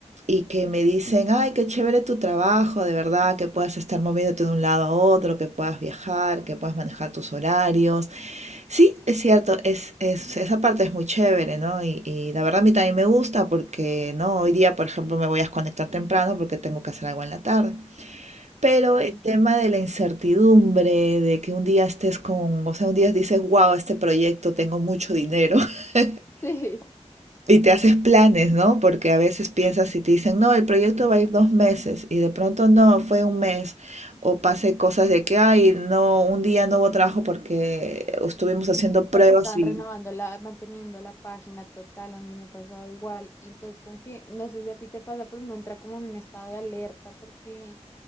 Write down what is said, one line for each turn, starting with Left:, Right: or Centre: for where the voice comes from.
Right: y que me dicen, ay, qué chévere tu trabajo, de verdad, que puedas estar moviéndote de un lado a otro, que puedas viajar, que puedas manejar tus horarios. Sí, es cierto, es, es- esa parte es muy chévere, ¿no? Y, y la verdad a mí también me gusta porque, ¿no? Hoy día, por ejemplo, me voy a desconectar temprano porque tengo que hacer algo en la tarde. Pero
Left: claro.
Right: el tema de la incertidumbre, de que un día estés con, o sea, un día dices, wow, este proyecto tengo mucho dinero <laughs>
Left: <laughs> Sí,
Right: y te haces planes, ¿no? Porque a veces piensas y te dicen, no, el proyecto va a ir dos meses y de pronto no, fue un mes. O pase cosas de que, ay, no, un día no hubo trabajo porque estuvimos haciendo
Left: porque
Right: pruebas
Left: estaban
Right: y...
Left: renovando la, manteniendo la página total, a mí me pasaba igual. Y entonces como que, no sé si a ti te pasa, pero no entra como en un estado de alerta porque